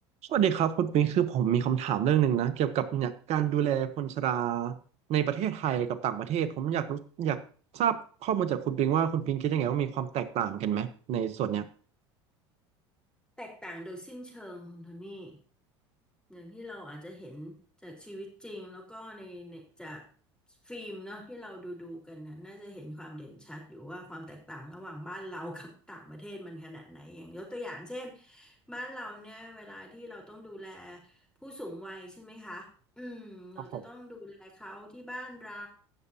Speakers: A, on the right; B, in the centre.
A: สวัสดีครับคุณปิงคือผมมีคำถามเรื่องหนึ่งนะเกี่ยวกับเนี่ยการดูแลคนชราในประเทศไทยกับต่างประเทศผมอยากรู้อยากทราบข้อมูลจากคุณปิงว่าคุณปิงคิดยังไงว่ามีความแตกต่างกันไหมในส่วนเนี้ย
B: แตกต่างโดยสิ้นเชิงคุณโทนี่อย่างที่เราอาจจะเห็นจากชีวิตจริงแล้วก็ในในจากฟิล์มเนาะที่เราดูดูกันนะน่าจะเห็นความเด่นชัดอยู่ว่าความแตกต่างระหว่างบ้านเรากับต่างประเทศมันขนาดไหนอย่างยกตัวอย่างเช่นบ้านเราเนี่ยเวลาที่เราต้องดูแลผู้สูงวัยใช่ไหมคะอืมเราจะต้องดูแลเขาที่บ้านเรา
A: ครับผม